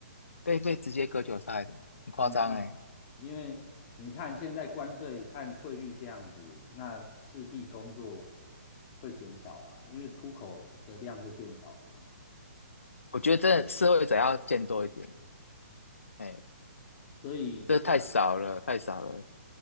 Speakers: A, on the left; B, on the left.
A: 被被直接割韭菜呢，很夸张哎。
B: 啊，没办法，因为你看现在关税和汇率这样子，那势必工作会减少啊，因为出口的量就变少了嘛。
A: 我觉得真的社会者要见多一点，哎，
B: 所以，
A: 这太少了，
B: 对啊，
A: 太少了，